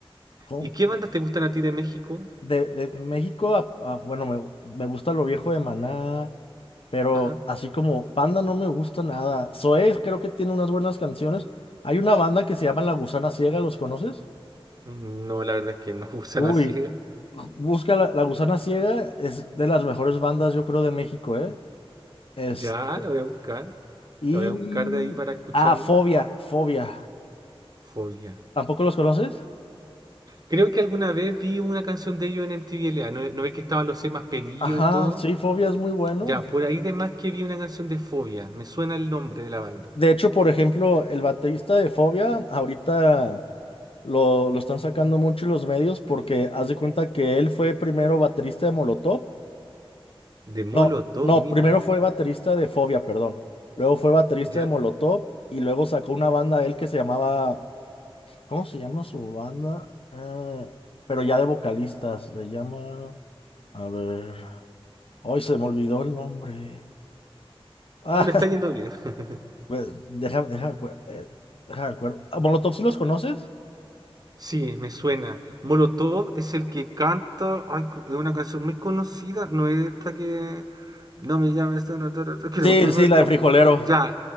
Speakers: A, on the left; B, on the right.
A: ¿Cómo?
B: ¿Y qué bandas te gustan a ti de México?
A: De, de México, a- a- bueno, me, me gusta lo viejo de Maná, pero
B: Ajá.
A: así como banda no me gusta nada. Zoé creo que tiene unas buenas canciones. Hay una banda que se llama La Gusana Ciega, ¿los conoces?
B: No, la verdad es que no <laughs> usan
A: Uy,
B: así.
A: busca La, La Gusana Ciega, es de las mejores bandas, yo creo, de México, ¿eh? Es,
B: Ya, la voy a buscar.
A: y...
B: La voy a buscar de ahí para escucharla.
A: Ah, Fobia, Fobia.
B: Fobia.
A: ¿Tampoco los conoces?
B: Creo que alguna vez vi una canción de ellos en MTV LA. ¿No, no ves que estaban los seis más pedidos
A: Ajá,
B: y todo?
A: sí, Fobia es muy bueno.
B: Ya, por ahí de más que vi una canción de Fobia. Me suena el nombre de la banda.
A: De hecho, por ejemplo, el baterista de Fobia ahorita Lo, lo están sacando mucho los medios porque haz de cuenta que él fue primero baterista de Molotov.
B: De Molotov,
A: No, no,
B: mira.
A: primero fue baterista de Fobia, perdón. Luego fue baterista
B: Ya.
A: de Molotov y luego sacó una banda él que se llamaba, ¿cómo se llama su banda? Eh, pero ya de vocalistas, se llama, a ver, hoy se me olvidó el nombre. Ah,
B: Pero le está yendo bien. <laughs>
A: <laughs> pues déjame, déjame, acuer- eh, déjame acuerdo. Ah, ¿Molotov sí los conoces?
B: Sí, me suena. Molotov es el que canta. ay, cu- es una canción muy conocida. No es esta que. No me llames. esta, no, ta, ta, ta, que
A: Sí,
B: no me acuerdo
A: sí,
B: del
A: la
B: nombre.
A: de Frijolero.
B: Ya.